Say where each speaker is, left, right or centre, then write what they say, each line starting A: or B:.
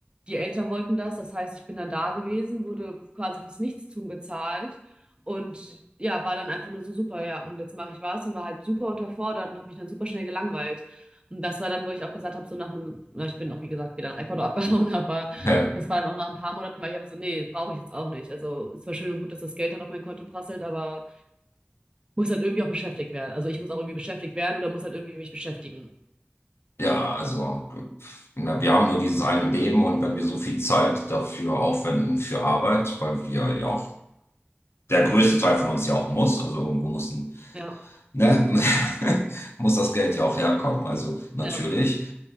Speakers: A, on the right (about 25°); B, on the left (about 85°).
A: die Eltern wollten das. Das heißt, ich bin dann da gewesen, wurde quasi fürs Nichtstun bezahlt und ja, war dann einfach nur so super, ja. Und jetzt mache ich was und war halt super unterfordert und habe mich dann super schnell gelangweilt. Und das war dann, wo ich auch gesagt habe, so nach einem, na, ich bin auch wie gesagt wieder nach Ecuador abgehauen, <laughs> aber
B: Ja,
A: das war dann auch nach ein paar Monaten, weil ich einfach so, nee, brauche ich jetzt auch nicht. Also es war schön und gut, dass das Geld halt auf mein Konto prasselt, aber muss halt irgendwie auch beschäftigt werden. Also ich muss auch irgendwie beschäftigt werden oder muss halt irgendwie mich beschäftigen.
B: Ja, also pf, na, wir haben nur dieses eine Leben und wenn wir so viel Zeit dafür aufwenden für Arbeit, weil wir ja auch, der größte Teil von uns ja auch muss, also irgendwo muss, ein-
A: Ja,
B: ne, <laughs> muss das Geld ja auch herkommen. Also natürlich.
A: ja,